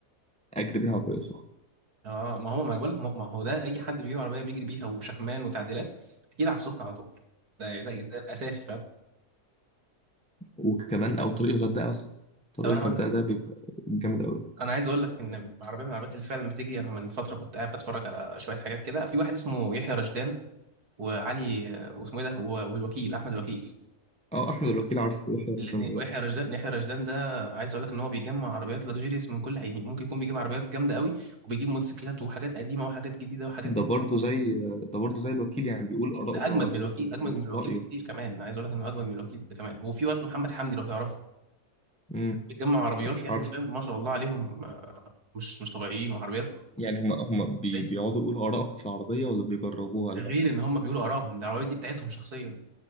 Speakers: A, in the centre; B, on the right (about 70°).
A: اجري بيها على طريق السخنه
B: اه ما هو ما انا بقول لك ما ما هو ده اي حد بيجيب عربية بيجري بيها وشكمان وتعديلات اكيد على السخنة على طول ده ده, ده الاساسي فاهم
A: وكمان او طريق الغردقه مثلا طريق
B: طب انا
A: الغردقه
B: هقول
A: ده بيبقى جامد قوي
B: انا عايز اقول لك ان عربيه من العربيات اللي فعلا بتجري انا من فتره كنت قاعد بتفرج على شويه حاجات كده في واحد اسمه يحيى رشدان وعلي واسمه ايه ده و- والوكيل احمد الوكيل
A: اه احمد الوكيل عارفه يحيى الرجال
B: الاثنين ويحيى رشدان يحيى رشدان ده عايز اقول لك ان هو بيجمع عربيات لكجيريس من كل يعني ممكن يكون بيجيب عربيات جامده قوي وبيجيب موتوسيكلات وحاجات قديمه وحاجات جديده وحاجات
A: ده
B: من-
A: برضه زي ده برضه زي الوكيل يعني بيقول آراءه
B: ده
A: في
B: اجمد
A: العربيات
B: من الوكيل
A: و-
B: اجمد من الوكيل
A: ورأيه
B: بكتير
A: في-
B: كمان انا عايز اقول لك انه اجمد من الوكيل ده كمان وفي برضه محمد حمدي لو تعرفه
A: مم.
B: بيجمع عربيات
A: مش
B: يعني
A: عارف
B: فاهم ما شاء الله عليهم مش مش طبيعيين وعربيات
A: يعني هم هم بي...
B: زي
A: بيقعدوا يقولوا آرائهم في العربية ولا بيجربوها ولا
B: غير
A: بيعملوا
B: ان
A: إيه؟
B: هم بيقولوا ارائهم ده العربيات دي بتاعتهم شخصيا